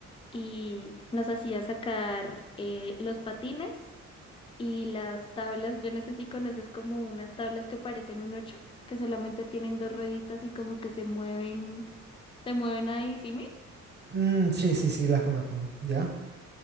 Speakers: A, on the left (about 20°); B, on the right (about 35°).
A: y nos hacía sacar eh, los patines y las tablas. Yo no sé si conoces como unas tablas que parecen un ocho, que solamente tienen dos rueditas y como que se mueven, se mueven a disímil.
B: Mm, sí, sí, sí, las conozco. ¿Ya?